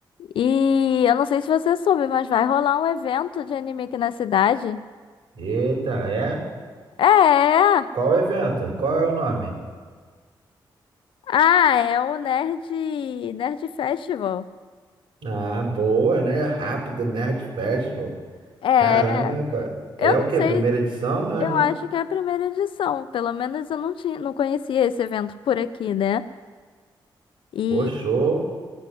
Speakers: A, on the left (about 80°); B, on the right (about 75°).
A: E eu não sei se você soube, mas vai rolar um evento de anime aqui na cidade.
B: Eita, é?
A: É!
B: Qual o evento? Qual é o nome?
A: Ah, é o Nerd, Nerd Festival.
B: Ah, boa, né? Rápido Nerd Festival.
A: É,
B: Caramba. É
A: eu
B: o
A: não
B: quê?
A: sei.
B: Primeira edição, né?
A: Eu
B: Não?
A: acho que é a primeira edição. Pelo menos eu não tinha, não conhecia esse evento por aqui, né? E
B: Pô, show.